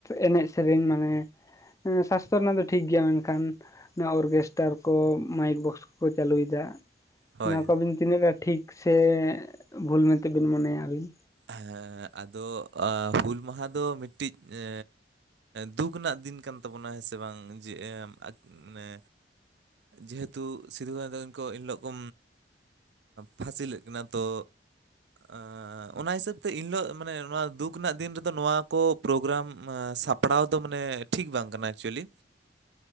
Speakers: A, on the left; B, on the right.
A: ᱮᱱᱮᱡ ᱥᱮᱨᱮᱧ ᱢᱟᱱᱮ ᱥᱟᱥᱛᱷᱚ ᱨᱮᱱᱟᱜ ᱫᱚ ᱴᱷᱤᱠ ᱜᱮᱭᱟ᱾ ᱢᱮᱱᱠᱷᱟᱱ ᱚᱱᱟ ᱚᱨᱠᱮᱥᱴᱟᱨ ᱠᱚ ᱢᱟᱭᱤᱠ ᱵᱚᱠᱥ ᱠᱚᱠᱚ ᱪᱟᱹᱞᱩᱭᱮᱫᱟ᱾
B: ᱦᱳᱭ
A: ᱱᱚᱣᱟ ᱠᱚ ᱟᱹᱵᱤᱱ ᱛᱤᱱᱟᱹᱜ ᱜᱟᱱ ᱴᱷᱤᱠ ᱥᱮ ᱵᱷᱩᱞ ᱢᱮᱱᱛᱮ ᱵᱤᱱ ᱢᱚᱱᱮᱭᱟ ᱟᱹᱵᱤᱱ᱾
B: ᱦᱮᱸ ᱟᱫᱚ ᱦᱩᱞ ᱢᱟᱦᱟ ᱫᱚ ᱢᱤᱫᱴᱤᱡ ᱮᱻ ᱫᱩᱠ ᱨᱮᱱᱟᱜ ᱫᱤᱱ ᱠᱟᱱ ᱛᱟᱵᱚᱱᱟ ᱦᱮᱸ ᱥᱮ ᱵᱟᱝ ᱡᱮ ᱢᱟᱱᱮ ᱡᱮᱦᱮᱛᱩ ᱥᱤᱫᱩ ᱠᱟᱹᱱᱩ ᱛᱟᱹᱠᱤᱱ ᱠᱚ ᱮᱱᱦᱤᱞᱳᱜ ᱠᱚ ᱯᱷᱟᱥᱤᱞᱮᱫ ᱠᱤᱱᱟᱹ ᱛᱚ ᱮᱻ ᱚᱱᱟ ᱦᱤᱥᱟᱹᱵᱽ ᱛᱮ ᱮᱱᱦᱤᱞᱳᱜ ᱢᱟᱱᱮ ᱱᱚᱣᱟ ᱫᱩᱠ ᱨᱮᱱᱟᱜ ᱫᱤᱱ ᱨᱮᱫᱚ ᱱᱚᱣᱟ ᱠᱚ ᱯᱨᱳᱜᱨᱟᱢ ᱥᱟ ᱯᱲᱟᱣ ᱫᱚ ᱢᱟᱱᱮ ᱴᱷᱤᱠ ᱵᱟᱝ ᱠᱟᱱᱟ ᱮᱠᱪᱩᱭᱮᱞᱤ᱾